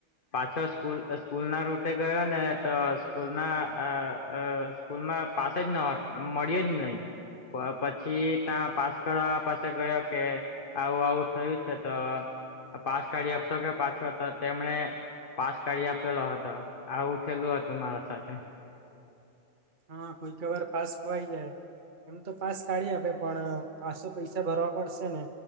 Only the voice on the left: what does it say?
પાછો સ્કૂલ સ્કૂલ ના રૂટે ગયો ને તો સ્કૂલ ના અ અ સ્કૂલ માં પાસ જ ન હો મળ્યો જ નહી પછી તા પાસ કરવા પાસે ગયો કે આવું આવું થયું છે તો પાસ કાઢી આપશો કે પાછો તો તેમને પાસ કરી આપેલો હતો આવું થઈલું હતું મારા સાથે.